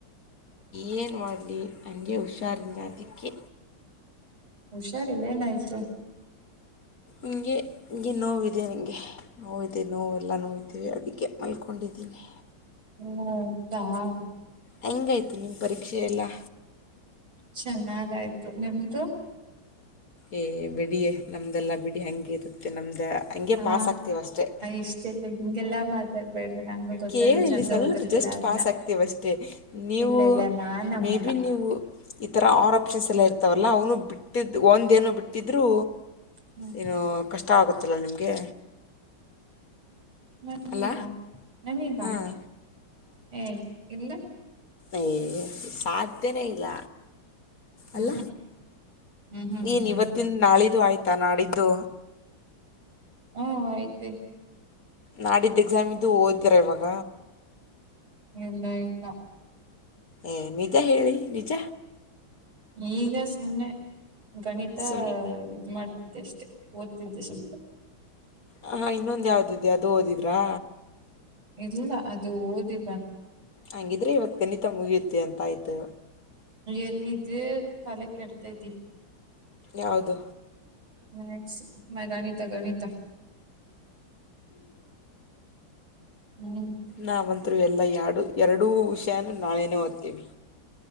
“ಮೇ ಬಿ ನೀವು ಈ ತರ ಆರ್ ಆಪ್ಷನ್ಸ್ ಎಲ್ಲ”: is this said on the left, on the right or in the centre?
Left